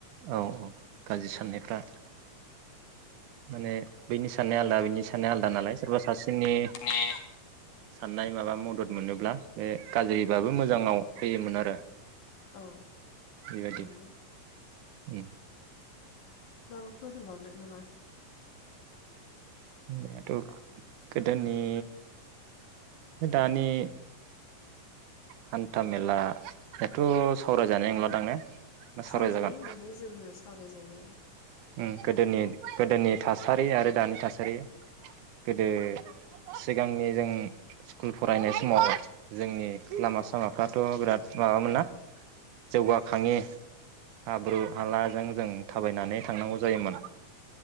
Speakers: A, on the right (about 75°); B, on the left (about 60°).
A: औ औ गाज्रि साननायफ्रा माने बैनि साननाया आल दा बिनि साननाया आलदा नालाय सोरबा सासेनि
B: आलदानि
A: साननाय माबा मदद मोनोब्ला बे गाज्रिबाबो मोजाङाव फैयोमोन आरो
B: औ
A: बेबायदि
B: नंगौ
A: उम
B: माबाफोर होनबावनो नामा?
A: होननायाथ' गोदोनि दानि हान्था मेला याथ' सावरायजानाय नंलादां ने? ना सावरायजागोन
B: सावरायजायो माने जोङो सावरायजायो।
A: उम गोदोनि गोदोनि था सारि आरो दानि थासारि गोदो सिगांनि जों स्कुल फरायनाय समाव जोंनि लामा सामाफ्रा थ' बिराद माबामोन ना जौगाखाङि हाब्रु हालाजों जों थाबायनानै थांनांगौ जायोमोन।